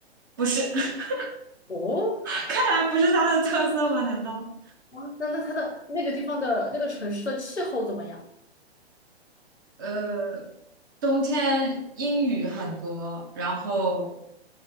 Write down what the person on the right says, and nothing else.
不是，<laughs>
看来不是它的特色吗？难道？
呃，冬天阴雨很多，然后